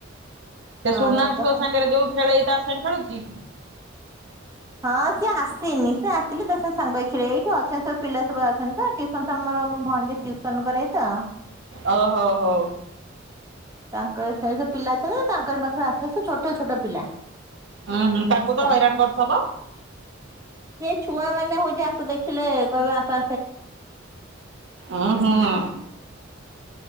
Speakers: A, on the right; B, on the right.
A: ସେ
B: ହଁ
A: ସୁନା
B: ତାଙ୍କ
A: ଝୁଅ
B: ସାଙ୍ଗେ
A: ସାଙ୍ଗରେ ଯୋଉ ଖେଳେଇ ତା ସାଙ୍ଗେ ଖେଳୁଛି?
B: ହଁ ସିଏ ଆସିନି ସେ ଆସିଲେ ତା ସହ ସାଙ୍ଗ ହେଇକି ଖେଳେ। ଏଇଠି ଅଛନ୍ତି ସବୁ ପିଲା ସବୁ ଆସନ୍ତି ତ ଟ୍ୟୁସନ୍ ସାମ୍ <unintelligible> ମୋ ଭାଣଜି ଟ୍ୟୁସନ କରେଇ ତ।
A: ଓ ହୋ ହୋ।
B: ତାଙ୍କର ସେଇ ସ ପିଲା ଅଛନ୍ତି ନା ତାଙ୍କରି ପାଖ୍ <unintelligible> ଆସନ୍ତି ସେ ଛୋଟ ଛୋଟ ପିଲା।
A: ଉଁ ହୁଁ ତାଙ୍କୁ ତ
B: ତାଙ୍କ୍
A: ହଇରାଣ କରୁଥବ।
B: ସେ ଛୁଆମାନେ ହଉଛି ଆକୁ ଦେଖିଲେ କହିବେ ଆପା
A: ଉଁ ହୁଁ
B: <unintelligible> ଆସି ବସ।